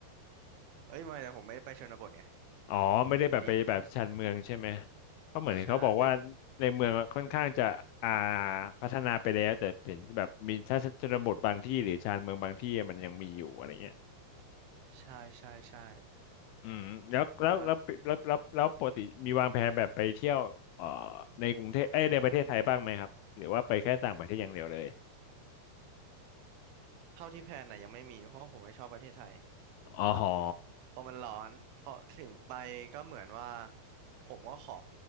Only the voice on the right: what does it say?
เอ้ยไม่แต่ผมไม่ได้ไปชนบทไง
ก็ดีหน่อย
ใช่เอ้ย
ใช่ใช่ใช่
แล้วก็
เท่าที่แพลนน่ะยังไม่มีเพราะว่าผมไม่ชอบประเทศไทย
พอมันร้อนพอถึงไปก็เหมือนว่าผมก็ขอ